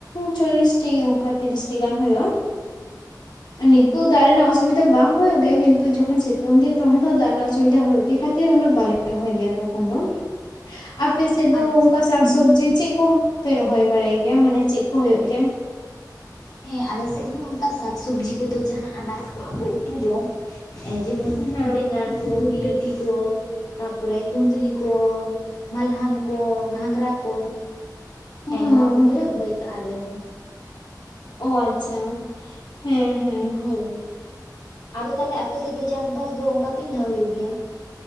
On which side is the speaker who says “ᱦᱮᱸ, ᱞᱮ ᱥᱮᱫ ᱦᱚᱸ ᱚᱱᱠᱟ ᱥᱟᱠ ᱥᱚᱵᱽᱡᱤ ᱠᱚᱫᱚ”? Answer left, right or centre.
Left